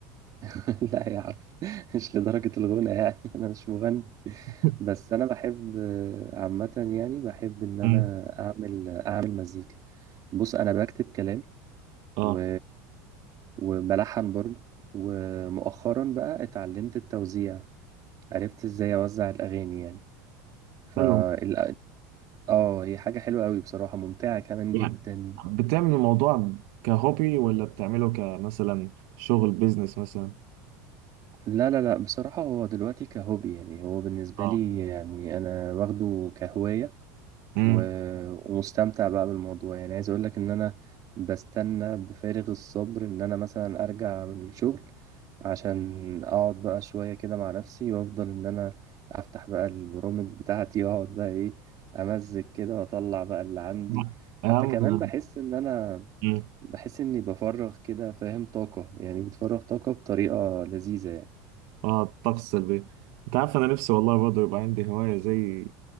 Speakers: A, on the right; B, on the right.
A: <laughs> لا يا عم مش لدرجه الغنى يعني <laughs> انا مش مغني
B: <laughs>
A: بس انا بحب آه، عامه يعني بحب ان انا
B: مم.
A: اعمل اعمل مزيكا بص انا بكتب كلام
B: اه
A: و... وبلحن برضو ومؤخرا بقى اتعلمت التوزيع عرفت ازاي اوزع الاغاني يعني ف
B: حلو
A: ال- اه هي حاجة حلوة قوي بصراحة ممتعة كمان
B: يعني
A: جدا
B: بتعمل الموضوع كهوبي ولا بتعمله كمثلا شغل بيزنس مثلا
A: لا لا لا بصراحة هو دلوقتي كهوبي يعني هو بالنسبة
B: اه
A: لي يعني انا واخده كهواية
B: امم
A: و- ومستمتع بقى بالموضوع يعني عايز اقول لك ان انا بستنى بفارغ الصبر ان انا مثلا ارجع من الشغل عشان اقعد بقى شوية كده مع نفسي وافضل ان انا افتح بقى البرامج بتاعتي واقعد بقى ايه امزج كده واطلع بقى اللي عندي
B: لا
A: حتى
B: اهم
A: كمان بحس ان انا
B: مم.
A: بحس اني بفرغ كده فاهم طاقة يعني بتفرغ طاقة بطريقة لذيذة يعني
B: اه الطقس السلبي انت عارف انا نفسي والله برضه يبقى عندي هوايه زي